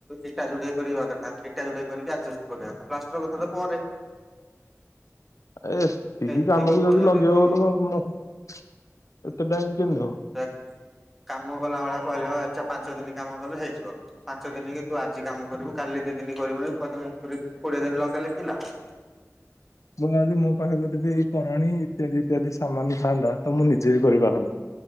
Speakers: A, in the centre; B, on the left.
A: ଇଟା ଯୋଡେଇ କରିବା କଥା କରିକି ଯୋଡେଇ କରିକି ଆଜିବେଷ୍ଟ୍ <unintelligible> ପ୍ଲାଷ୍ଟର୍ କଥା ତ ପରେ।
B: ଏ- ଏତିକି
A: ଏତିକକୁ
B: କାମକୁ ଯଦି ଲଗେଇବ
A: ତୁ
B: <unintelligible> ଏତେ ଟାଇମ୍ କେମତି ହବ।
A: <unintelligible> କାମ କଲା ଭଳିଆ କହିଲେ ଆଚ୍ଛା ପାଞ୍ଚ ଦିନି କାମ କଲେ ହେଇଯିବ। ପାଞ୍ଚ ଦିନ କି ତୁ ଆଜି କାମ କରିବୁ କାଲି ଦି ଦିନ କରିବୁନିି <unintelligible> କୋଡିଏ ଦିନ ଲଗେଇଲେ କି ଲାଭ।
B: ମୁଁ ଭାବଛି ମୋ ପାଖରେ ଯଦି ବି ଏଇ କରାଣୀ ଇତ୍ୟାଦି ଇତ୍ୟାଦି ସମାନ ଥାନ୍ତା ତ ମୁଁ ନିଜେ ବି କରିପାରନ୍ତିି।